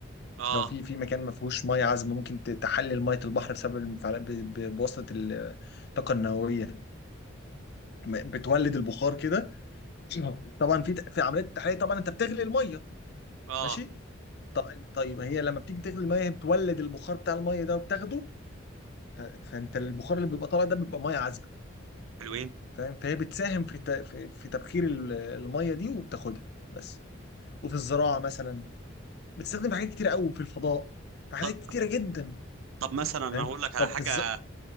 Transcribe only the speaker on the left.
لو في في مكان ما فيهوش مية عذبة ممكن ت- تحلل مية البحر بسبب المفاعلات ب- ب- بواسطة ال- الطاقة النووية م- بتولد البخار كده طبعا في في عملية التحلية طبعا أنت بتغلي المية
ماشي طب طيب ما هي لما بتيجي تغلي الميه هي بتولد البخار بتاع الميه ده وبتاخده ف... فانت البخار اللي بيبقى طالع ده بيبقى ميه عذبه
فاهم فهي بتساهم في ت... في... في تبخير ال- الميه دي وبتاخدها بس وفي الزراعه مثلا بتستخدم في حاجات كتير قوي في الفضاء في حاجات
كتيره جدا
فاهم
طب
في الز...